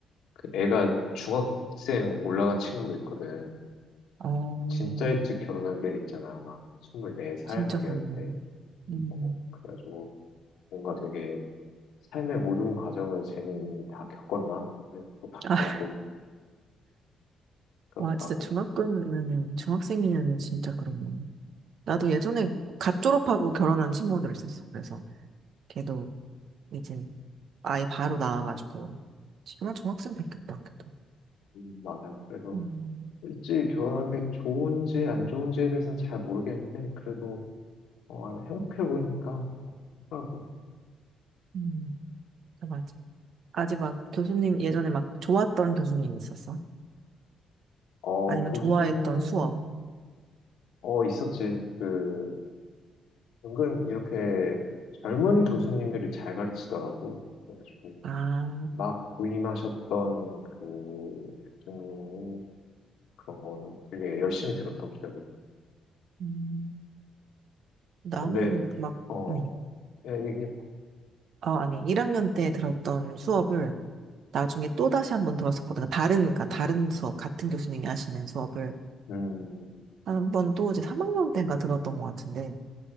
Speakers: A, on the left; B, on the right.
A: 그 애가 중학생 올라간 친구도 있거든.
B: 어,
A: 진짜 일찍 결혼할 때 있잖아. 막 24살
B: 진짜
A: 막
B: 그러네.
A: 이럴 때.
B: 음.
A: 어, 그래가지고 뭔가 되게 삶의 모든 과정을 쟤는 다 겪었나? 그래서 막
B: 아,
A: 들고
B: <laughs>
A: 그렇더라고.
B: 와, 진짜 중학교면은, 중학생이면은 진짜 그러네. 나도 예전에 갓 졸업하고 결혼한 친구들 있었어. 그래서 걔도 이제 아이 바로 나와가지고. 지금은 중학생 됐겠다, 걔도.
A: 음, 맞아요. 그래서
B: 음,
A: 일찍 결혼한 게 좋은지 안 좋은지에 대해서는 잘 모르겠는데, 그래도 어, 행복해 보이니까. 하고.
B: 음, 아, 맞아. 아직 막 교수님, 예전에 막 좋았던 교수님 있었어?
A: 어,
B: 아니면
A: 교수
B: 좋아했던 수업?
A: 어, 있었지. 그, 은근 이렇게 젊은 교수님들이 잘 가르치더라고. 그래가지고,
B: 아,
A: 막 부임하셨던 그, 교수님 그런 거는 되게 열심히 들었던 기억이다.
B: 음, 나는
A: 근데,
B: 막,
A: 어,
B: 응.
A: 야, 얘기해봐.
B: 어, 아니, 1학년 때 들었던 수업을 나중에 또 다시 한번 들었었거든요. 다른, 그러니까 다른 수업, 같은 교수님이 하시는 수업을
A: 음,
B: 한번 또 이제 3학년 때인가 들었던 것 같은데